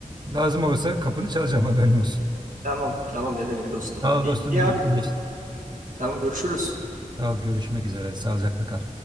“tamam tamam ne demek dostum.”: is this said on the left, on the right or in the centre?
Right